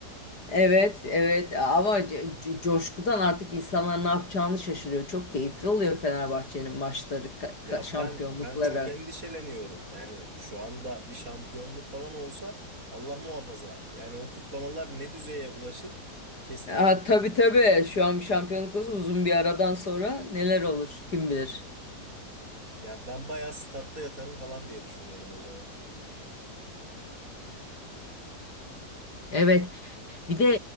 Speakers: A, on the left; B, on the right.
A: Evet, evet ama co- co- coşkudan artık insanlar ne yapacağını şaşırıyor. Çok keyifli oluyor Fenerbahçe'nin maçları, ka- ka-
B: Ya
A: şampiyonlukları.
B: ben ben çok endişeleniyorum. Yani şu anda bir şampiyonluk falan olsa Allah muhafaza. Yani o kutlamalar ne düzeye ulaşır? Kestiremiyorum.
A: Ha, tabii tabii şu an bir şampiyonluk olsa uzun bir aradan sonra neler olur kim bilir.
B: Yani ben bayağı statta yatarım falan diye düşünüyorum o zaman.
A: Evet bir de